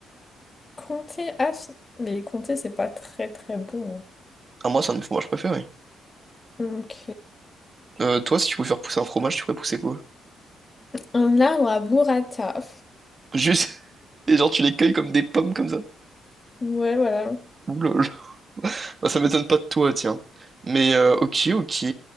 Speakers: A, on the left; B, on the right.
A: Comté Ah, c'est- mais Comté c'est pas très très bon.
B: Ah, moi, c'est un de mes fromages préférés.
A: hein. Ok.
B: Euh, toi, si tu pouvais faire pousser un fromage, tu ferais pousser quoi?
A: Un arbre à burrata.
B: Juste, <laughs> et genre, tu les cueilles comme des pommes comme ça.
A: Ouais, voilà.
B: Ouh là là. Bah, ça m'étonne pas de toi, tiens. Mais, euh, ok, ok.